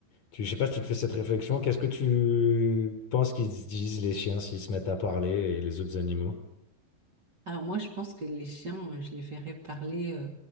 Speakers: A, on the left (about 45°); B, on the right (about 30°).
A: tu- je sais pas si tu te fais cette réflexion, qu'est-ce que tu penses qu'ils se disent les chiens s'ils se mettent à parler et les autres animaux?
B: Alors moi, je pense que les chiens, euh, je les verrais parler euh,